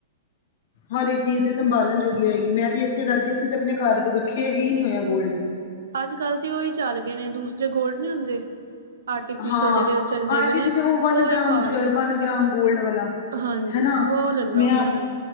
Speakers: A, on the left (about 65°); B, on the right (about 80°).
A: ਹਰ ਇੱਕ ਚੀਜ਼ ਤੇ ਸੰਭਾਲਣ ਜੋਗੀ ਰਹੇ ਗੀ। ਮੈਂ ਤੇ ਇਸੇ ਕਰਕੇ ਅਸੀਂ ਤੇ ਆਪਣੇ ਘਰ ਰੱਖਿਆ ਹੀ ਨਹੀਂ ਹੋਇਆ ਗੋਲਡ।
B: ਅੱਜ ਕੱਲ੍ਹ ਤੇ ਉਹੀ ਚੱਲ ਗਏ ਨੇ, ਦੂਸਰੇ ਗੋਲਡ ਨੀ ਹੁੰਦੇ। ਆਰਟੀਫਿਸ਼ਲ
A: ਹਾਂ
B: ਜਿਹੜੇ ਉਹ ਚੱਲਦੇ
A: ਆਰਟੀਫਿਸ਼ਲ
B: ਪ ਨੇ
A: ਉਹ ਵਨ
B: ਉਹਹੀ
A: ਗ੍ਰਾਮ
B: ਪਾ
A: ਜਵੈਲ
B: ਲੋ।
A: ਵਨ ਗ੍ਰਾਮ ਗੋਲਡ ਵਾਲਾ
B: ਹਾਂਜੀ
A: ਹਨਾ
B: ਉਹ ਲੈ ਲੋ
A: ਮੈਂ
B: ਲੈਣਾ।
A: ਆਪ